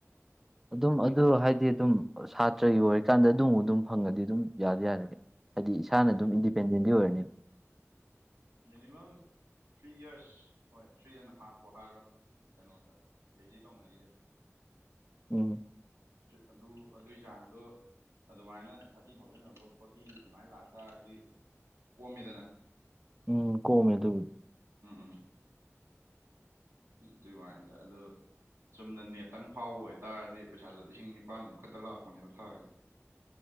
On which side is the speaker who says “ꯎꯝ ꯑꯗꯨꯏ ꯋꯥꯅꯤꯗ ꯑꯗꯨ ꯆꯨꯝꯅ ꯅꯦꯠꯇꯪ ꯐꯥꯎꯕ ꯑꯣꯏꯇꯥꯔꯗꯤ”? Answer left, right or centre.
Right